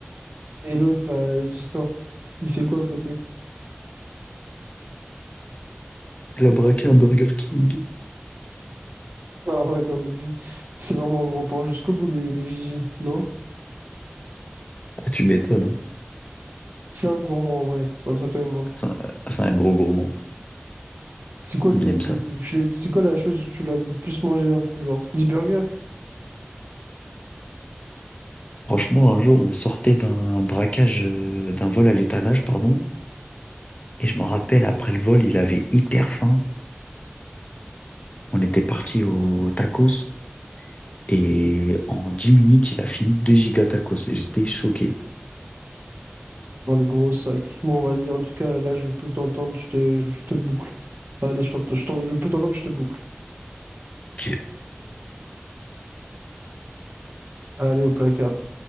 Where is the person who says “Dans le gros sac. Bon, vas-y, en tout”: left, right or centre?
Right